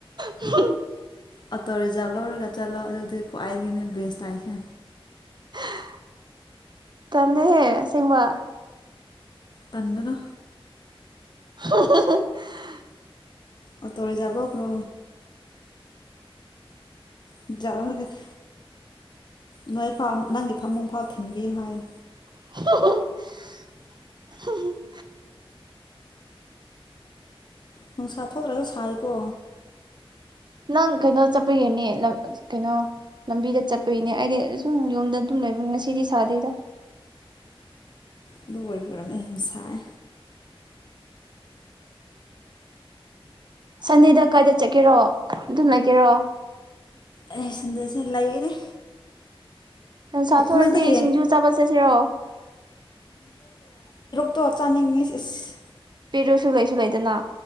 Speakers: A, on the right; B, on the left.
A: ꯍꯍ ꯍꯨꯝ
B: ꯑꯣꯇꯣ ꯔꯤꯖꯥꯚ ꯂꯧꯔꯒ ꯆꯠꯂꯣ ꯑꯗꯨꯗꯤ ꯈ꯭ꯋꯥꯏꯗꯒꯤꯅꯦ ꯕꯦꯁ ꯇꯥꯏꯁꯦ
A: ꯍꯍ ꯇꯜꯂꯦꯍꯦ ꯑꯁꯦꯡꯕ
B: ꯇꯟꯒꯅꯣ
A: ꯍꯨꯡ ꯍꯨꯡ ꯍꯨꯡ ꯍꯍ
B: ꯑꯣꯇꯣ ꯔꯤꯖꯥꯕ ꯂꯧꯈ꯭ꯔꯣ ꯔꯤꯖꯥꯕ ꯂꯧꯔꯒꯗꯤ ꯅꯣꯏ ꯐꯥꯎ ꯅꯪꯗꯤ ꯐꯃꯨꯡ ꯐꯥꯎ ꯊꯤꯟꯕꯤꯌꯨ ꯍꯥꯏꯌꯨ
A: ꯍꯨꯡ ꯍꯨꯡ ꯍꯨꯡ ꯍꯍ ꯍꯨꯡ ꯍꯨꯡ
B: ꯅꯨꯡꯁꯥ ꯊꯣꯛꯇ꯭ꯔꯁꯨ ꯁꯥꯏꯀꯣ
A: ꯅꯪ ꯀꯩꯅꯣ ꯆꯠꯄꯒꯤꯔꯅꯦ ꯂꯝ ꯀꯩꯅꯣ ꯂꯝꯕꯤꯗ ꯆꯠꯄꯒꯤꯅꯦ ꯑꯩꯗꯤ ꯁꯨꯝ ꯌꯨꯝꯗ ꯑꯗꯨꯝ ꯂꯩꯕ ꯉꯁꯤꯗꯤ ꯁꯥꯗꯦꯗ
B: ꯑꯗꯨ ꯑꯣꯏꯕ ꯑꯣꯏꯔꯝꯅꯦ ꯌꯥꯝ ꯁꯥꯏ
A: ꯁꯟꯗꯦꯗ ꯀꯥꯏꯗ ꯆꯠꯀꯦꯔꯣ ꯑꯗꯨꯝ ꯂꯩꯒꯦꯔꯣ
B: ꯑꯩ ꯁꯟꯗꯦꯁꯦ ꯂꯩꯒꯅꯤ
A: ꯅꯨꯡꯁꯥ ꯊꯣꯛꯔꯗꯤ
B: ꯅꯪꯗꯣ ꯍꯌꯦꯡ
A: ꯁꯤꯡꯖꯨ ꯆꯥꯕ ꯆꯠꯁꯤꯔꯣ
B: ꯇꯣ ꯆꯥꯅꯤꯡꯉꯤ ꯁꯤ ꯏꯁ
A: ꯂꯩꯔꯨꯁꯨ ꯂꯩꯁꯨ ꯂꯩꯗꯅ